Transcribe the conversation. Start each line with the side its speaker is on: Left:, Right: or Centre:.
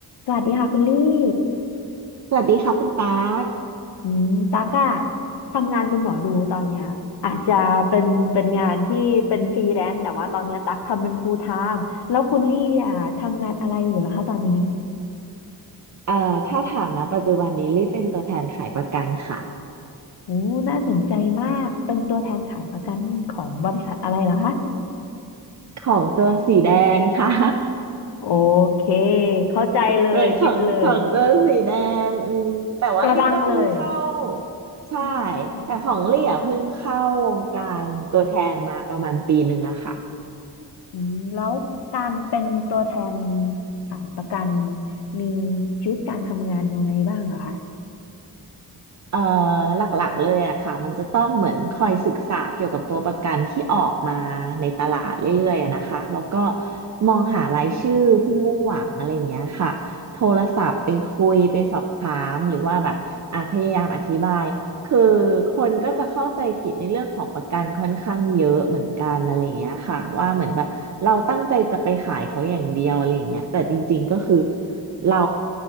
Left: สวัสดีค่ะคุณลี่
Right: สวัสดีค่ะคุณตาร์ค
Left: อืมตั๊กอะทำงานเป็นหมอดูตอนเนี้ยอาจจะเป็นเป็นงานที่เป็นฟรีแลนซ์แต่ว่าตอนเนี้ยตั๊กทำเป็น full time แล้วคุณลี่อะทำงานอะไรอยู่ล่ะคะตอนนี้
Right: เอ่อถ้าถามนะปัจจุบันนี้รีบเป็นตัวแทนขายประกันค่ะ
Left: โอ้น่าสนใจมาก เป็นตัวแทนขายประกันของบริษัทอะไรเหรอคะ
Right: ของตัวสีแดงค่ะ
Left: โอเค เข้าใจเลยเก็ตเลย
Right: <laughs> เป็นของของตัวสีแดงอืมแต่ว่าลี่ก็เพิ่งเข้า
Left: ตัวดังเลย
Right: ใช่
Left: ค่อนข้างอืม
Right: แต่ของลี่อ่ะเพิ่งเข้าวงการตัวแทนมาประมาณปีหนึ่งอะค่ะ
Left: อืมแล้วการเป็นตัวแทนขายประกัน มีชีวิตการทำงานยังไงบ้างเหรอคะ
Right: เอ่อหลักๆเลยอะค่ะมันจะต้องเหมือนคอยศึกษาเกี่ยวกับตัวประกันที่ออกมาในตลาดเรื่อยๆอะนะคะแล้วก็มองหารายชื่อผู้มุ่งหวังอะไรอย่างเงี้ยค่ะโทรศัพท์ไปคุยไปสอบถามหรือว่าแบบอ่ะพยายามอธิบายคือคนก็จะเข้าใจผิดในเรื่องของประกันค่อนข้างเยอะเหมือนกันอะไรอย่างเงี้ยค่ะว่าเหมือนแบบเราตั้งใจจะไปขายเขาอย่างเดียวอะไรอย่างเงี้ยแต่จริงๆก็คือ เรา